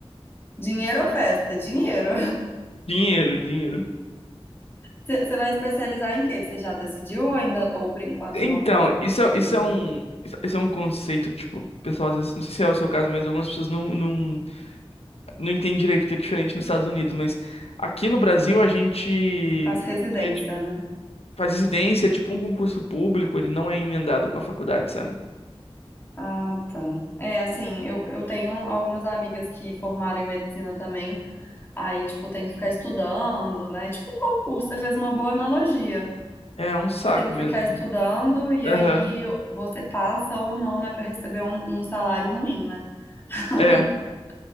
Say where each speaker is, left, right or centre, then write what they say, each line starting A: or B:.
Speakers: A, on the left (about 20°); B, on the left (about 80°).
A: dinheiro ou festa? Dinheiro.
B: Dinheiro, dinheiro.
A: Você vai especializar em quê? Você já decidiu ou ainda, ou por enquanto
B: Então,
A: não,
B: isso
A: não
B: é, isso é um, isso é um conceito que, tipo, o pessoal às vezes, não sei se é o seu caso, mas algumas pessoas não, não não entendo direito porque é diferente nos Estados Unidos, mas aqui no Brasil a gente,
A: faz residência,
B: a gente
A: né?
B: faz residência, é tipo um concurso público, ele não é emendado com a faculdade, sabe?
A: Ah, tá. É, assim, eu, eu tenho algumas amigas que formaram em medicina também, aí, tipo, tem que ficar estudando, né? É Tipo um concurso, você fez uma boa analogia.
B: É um saco
A: Você tem que ficar
B: mesmo.
A: estudando e
B: Aham.
A: aí você passa ou não, né, pra receber um, um salário ruim, né? <laughs>
B: É.